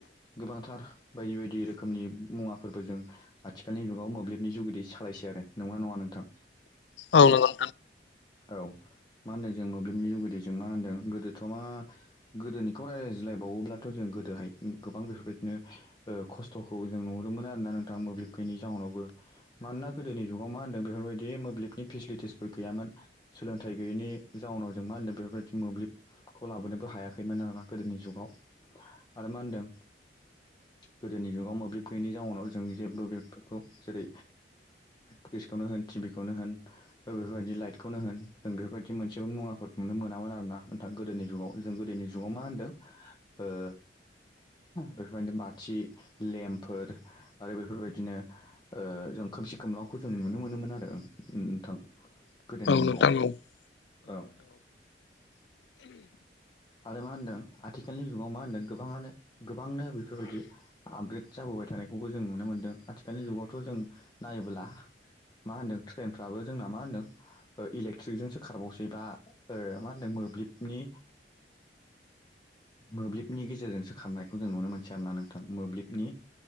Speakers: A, on the left; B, on the left.
A: गोबांथार बायदि बायदि रोखोमनि मुवाफोरबो जों आथिखालनि जुगाव मोब्लिबनि जुगिदि सालायसै आरो नंगोना नङा नोंथां?
B: औ नंगौ।
A: औ मा होन्दों जों मोब्लिबनि जुगेद जों मा होन्दों गोदोथ' मा गोदोनिखौ रायजलायज्लायबावोब्लाथ' जों गोदोहाय गोबां बेफोरबायदिनो खस्थ'खौ जों नुहुरदोंोममोन आरोना नोंथां मोब्लिब गैयिनि जाहोनावबो मानोना गोदोनि जुगाव मा होन्दों बेफोरबायदि मोब्लिबनि फेसिलिटिसफोर गैयामोन। सोलोंथाइ गैयैनि जाउनाव जों मा होनदों बेफोरबायदि मोब्लिब खौ लाबोनोबो हायाखैमोन आरोना गोदोनि जुगाव आरो मा होनदों। गोदोनि जुगाव मोब्लिब गैयैनि जाउनाव जों जेबो बेफोरखौ जेरै फ्रिज खौनो होन टिभि खौनो होन बेफोरबायदि लाइट बेखौनो होन जों बेफोरबायदि मोनसेबो मुवाफोर नुनो मोनामोन आर ना नोंथा गोदोनि जुगाव जों गोदोनि जुगाव मा होनदों। ओ। बेफोरबायदिनो बाथि लेम्फोर आरो बेफोरबायदिनो जों खोमसि खोमलाावखौ जों नुनो मोनोमोन आरो नोंथां। गोदोनि जुगाव
B: नोंथां औ
A: औ। आरो मा होनदों आथिखालनि जुगाव मा होनदों गोबाङानो गोबांनो बेफोरबायदि आपग्रेड जाबोबाय थानायखौबो जों नुनो मोन्दों आथिखालनि जुगावथ' जों नायोब्ला। मा होनदों ट्रेनफ्राबो जोंना मा होनदों। इलेकट्रिकजोंसो खारबावसै बा मा होनो मोब्लिबनि मोब्लिबनि गेजेरजोंसो खारनायखौ जों नुनो मोनसै आरोना नोंथां मोब्लिबनि।